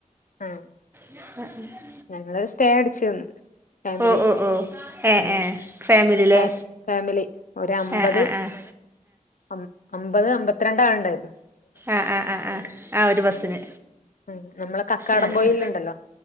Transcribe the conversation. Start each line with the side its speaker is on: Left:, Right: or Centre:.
Left: ആഹ്
Right: <unintelligible>
Left: ഞങ്ങള് സ്‌റ്റേ അടിച്ച് നിന്ന് ഫാമിലി
Right: ഓ ഓ ഓ ഏഹ്
Left: ആഹ്
Right: ഏഹ് ഫാമിലില്ലേ
Left: ഫാ ഫാമിലി ഒരമ്പെത്
Right: ആഹ് ആഹ് ആഹ്
Left: അം അമ്പത് അമ്പത്ത്‌രണ്ടാള്ണ്ടായ്ര്ന്നു
Right: ആഹ് ആഹ് ആഹ് ആഹ് ആഹ് ഒരു ബസ്സിന്
Left: ഉം നമ്മളെ കക്കാടം
Right: ഏഹ്
Left: പൊയില്ണ്ടല്ലോ
Right: അഹ്